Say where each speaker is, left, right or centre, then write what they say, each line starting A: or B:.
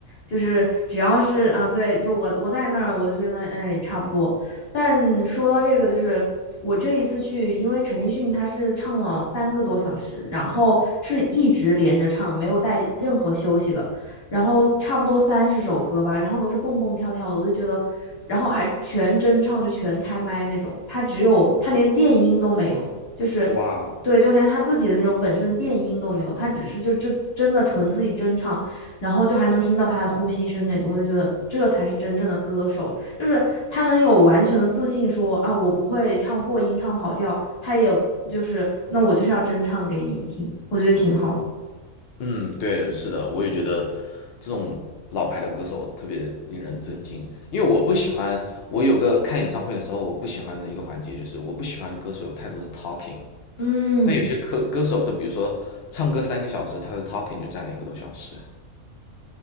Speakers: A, on the left; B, on the left.
A: 就是只要是啊对，就我我在那儿我就觉得哎差不多。但说到这个，就是我这一次去，因为陈奕迅他是唱了三个多小时，然后是一直连着唱，没有带任何休息的。然后差不多三十首歌吧，然后都是蹦蹦跳跳的，我就觉得，然后还全真唱，就全开麦那种。他只有他连电音都没有，就是
B: 哇，
A: 对，就连他自己的那种本身的电音都没有，他只是就真真的纯自己真唱，然后就还能听到他的呼吸声那种，我就觉得这才是真正的歌手，就是他能有完全的自信说啊，我不会唱破音、唱跑调，他也就是那我就是要真唱给你们听，我觉得挺好的。
B: 嗯，对，是的，我也觉得这种老牌的歌手特别令人尊敬，因为我不喜欢，我有个看演唱会的时候，我不喜欢的一个环节就是我不喜欢歌手有太多的 talking，
A: 嗯。
B: 但有些歌歌手，他比如说唱歌三个小时，他的 talking 就占了一个多小时。